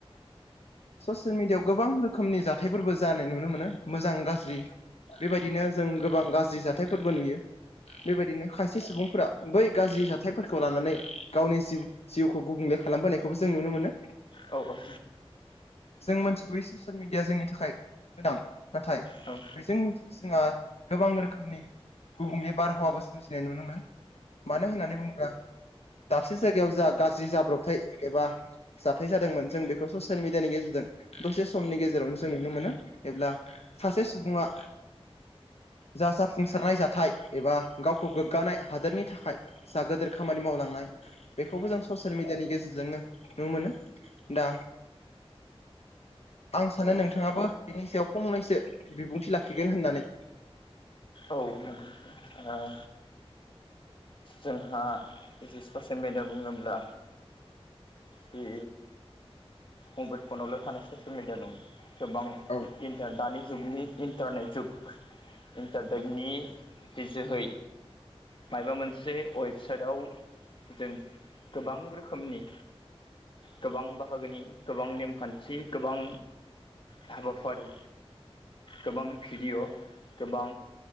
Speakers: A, on the left; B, on the left.
A: ससियेल मिडियाआव गोबां रोखोमनि जाथायफोरबो जानाय नुनो मोनो। मोजां गाज्रि बेबायदिनो जों गोबां गाज्रि जाथायफोरबो नुयो। बेबायदिनो खायसे सुबुंफोरा बै गाज्रि जाथायफोरखौ लानानै गावनि जिउ जिउखौ गुबुंले खालामबोनायखौबो जों नुनो मोनो।
B: औ, औ
A: जों मिथिबै ससियेल मिडिया जोंनि थाखाय गोनां। नाथाय
B: औ
A: जों जोंहा गोबां रोखोमनि गुबुंले बारहावाबो सोमजिनाय नुनो मोनो। मानो होननानै बुङोब्ला दाबसे जायगायाव जा गाज्रि जाब्रबथाय एबा जाथाय जादोंमोन जों बेखौ ससेल मिडियानि गेजेरजों दसे समनि गेजेरावनो जों नुनो मोनो। एब्ला सासे सुबुङा जा जाफुंसारनाय जाथाय एबा गावखौ गोग्गानाय हादोरनि थाखाय जा गोदोर खामानि मावलांनाय बेखौबो जों सस सेल मिडियानि गेजेरजोंनो नु मोनो। दा आं सानो नोंथाङाबो बिनि सायाव फंनैसो बिबुंथि लाखिगोन होननानै।
B: औ नंगौ नंगौ ओ जोंहा जि ससेल मेडया बुङोब्ला जि मबाइल फनावल' थानाय ससेयेल मिडिया नङा। गोबां
A: औ
B: इनटा दानि जुगनि इन्टारनेट जुग इन्टारटेटनि जोहै माइबा मोन से वेबसाइटआव जों गोबां रोखोमनि गोबां बाहागोनि गोबां नेमखान्थि गोबां हाबाफारि गोबां भिडिय' गोबां